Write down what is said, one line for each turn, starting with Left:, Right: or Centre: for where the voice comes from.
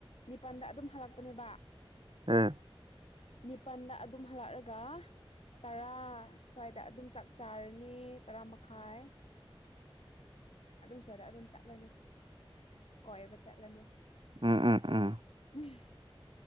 Left: ꯅꯤꯄꯜꯗ ꯑꯗꯨꯝ ꯍꯜꯂꯛꯄꯅꯦꯕ
Right: ꯎꯝ
Left: ꯅꯤꯄꯜꯗ ꯑꯗꯨꯝ ꯍꯜꯂꯛꯑꯒ ꯇꯔꯥ ꯁ꯭ꯋꯥꯏꯗ ꯑꯗꯨꯝ ꯆꯥꯛ ꯆꯥꯔꯅꯤ ꯇꯔꯥ ꯃꯈꯥꯏ ꯑꯗꯨ ꯁ꯭ꯋꯥꯏꯗ ꯑꯗꯨꯝ ꯆꯠꯂꯅꯤ ꯀꯣꯏꯕ ꯆꯠꯂꯅꯤ
Right: ꯎꯝ ꯎꯝ ꯎꯝ
Left: ꯎꯝ